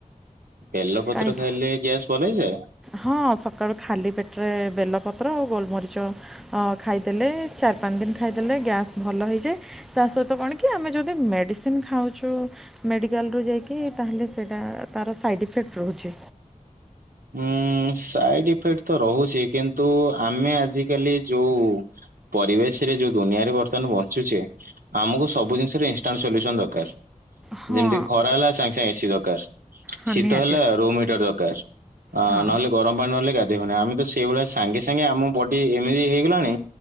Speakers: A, on the right; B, in the centre.
A: ବେଲ ପତ୍ର
B: କାହିଁକି
A: ଖାଇଲେ ଗ୍ୟାସ୍ ଭଲ ହେଇଯାଏ?
B: ହଁ ସକାଳୁ ଖାଲି ପେଟରେ ବେଲ ପତ୍ ବେଲପତ୍ର ଆଉ ଗୋଲମରିଚ ଖାଇଦେଲେ ଚାରି ପାଞ୍ଚ ଦିନ ଖାଇଦେଲେ ଗ୍ୟାସ ଭଲ ହେଇଯାଏ। ତା ସହିତ କଣ କି ଆମେ ଯଦି ମେଡିସିନ ଖାଉଛୁ ମେଡିକାଲରୁ ଯାଇକି? ତାହେଲେ ସେଇଟା ତାର ସାଇଡ ଇଫେକ୍ଟ ରହୁଛି।
A: ଉଁ, ସାଇଡ୍ ଇଫେକ୍ଟ ତ ରହୁଛି। କିନ୍ତୁ ଆମେ ଆଜିକାଲି ଯୋଉ ପରିବେଶରେ ଯୋଉ ଦୁନିଆରେ ବର୍ତ୍ତମାନ ବଞ୍ଚୁଚେ। ଆମକୁ ସବୁ ଜିନିଷର ଇନସଟାଣ୍ଟ ସଲ୍ୟୁସନ୍ ଦରକାର।
B: ହଁ
A: ଯେମିତି ଖରା ହେଲା ସାଙ୍ଗେ ସାଙ୍ଗେ ଏସ କି ଦରକାର।
B: ହଁ
A: ଶୀତ
B: ନିହାତି
A: ହେଲା ରୁମ୍ ହିଟର୍ ଦରକାର। ଅ
B: ହଁ
A: ନହେଲେ ଗରମ ପାଣି ନହଲେ ଗାଧେ ଦେଖୁନ ଆମେ ତ ସେଇ ଭଳିଆ ସାଙ୍ଗେ ସାଙ୍ଗେ ଆମ ବଡି ଏମିତି ହେଇଗଲାଣି।